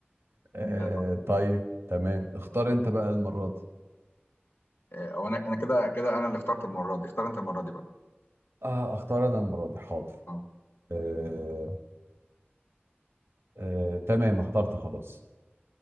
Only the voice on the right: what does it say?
آه
طيب تمام اختار انت بقى المرة دي
اه اختار انا المرة دي حاضر
آه آه تمام اخترت خلاص